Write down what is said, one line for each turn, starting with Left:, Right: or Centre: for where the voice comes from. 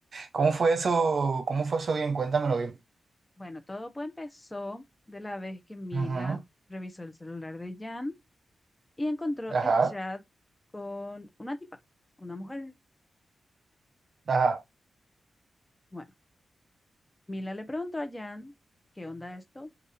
Right: ¿Cómo fue eso? ¿Cómo fue eso bien? Cuéntamelo bien.
Left: Bueno, todo pues empezó de la vez que Mila
Right: Ujú,
Left: revisó el celular de Jan y encontró
Right: Ajá,
Left: el chat con una tipa, una mujer.
Right: ajá,
Left: Bueno, Mila le preguntó a Jan, ¿qué onda esto?